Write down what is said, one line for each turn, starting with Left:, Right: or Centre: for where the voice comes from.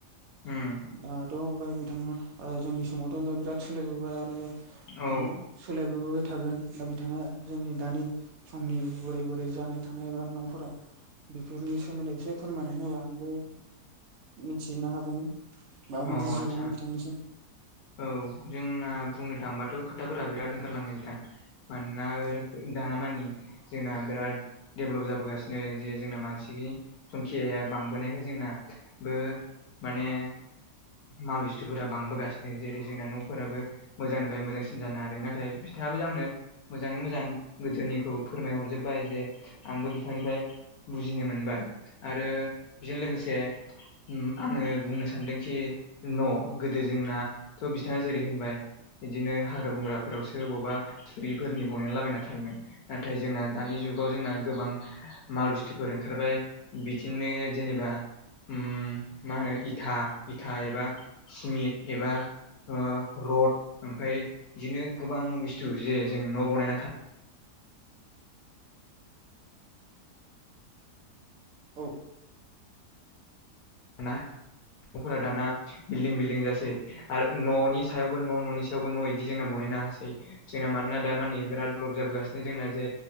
Left: उम
Right: दाथ' ओमफ्राय बिथाङा ओ जोंनि समावथ' दा बिराद सोलायबोबाय आरो
Left: औ
Right: ओ सोलायबोबाय थागोन दा बिथाङा जोंनि दानि समनि बोरै बोरै जानाय थानाय बा न'फोरा बेफोरनि सोमोन्दै एसे फोरमायनानै होबा आंबो मिथिनो हागौमोन माबा
Left: अ आदसा
Right: बुजिगौमोन बिथांनिसिम
Left: औ जोंना बुंनो थाङोबाथ' खोथाफोरा बिराद ओंखारलाङो बिथां मानोना
Right: औ
Left: दा मानि जोंना बिराद देभेलप जाबोगासिनो जे जोंना मानसि संखियाया बांबोनायखाय जोंनाबो माने माल बस्थुफोरा बांबोगासिनो जेरै जोंना न'फोराबो मोजांनिफ्राय मोजांसिन जानो हादों नाथाय बिथाङाबो आंनो मोजाङै मोजां गोदोनिखौ फोरमायहरजोब्बाय जे आंबो बिथांनिफ्राय बुजिनो मोनबाय आरो बेजों लोगोसे उम आङो बुंनो सानदोंखि न' गोदो जोंना थ' बिथाङा जेरै होनबाय बिदिनो हाग्रा बंग्राफोरावसो बबावबा थुरिफोरनि बनायना लाबायना थायोमोन नाथाय जोंना दानि जुगाव जोंना गोबां माल बुस्थुफोर ओंखारबाय बिदिनो जेनेबा उम मा होनो इथा इथा एबा सिमिट एबा ओ रड ओमफ्राय बिदिनो गोबां बुस्थु जे जों न' बनायना था <inaudible>
Right: औ
Left: ना न'फोरा दाना बिल्डिं बिल्डिं जासै आरो न'नि सायावबो न' न'नि सायावबो न' बिदि जोंना बनायनो हासै जोंना मानोना दा मानि‌ बिराद डेभेलप जाबोगासिनो जोंना जे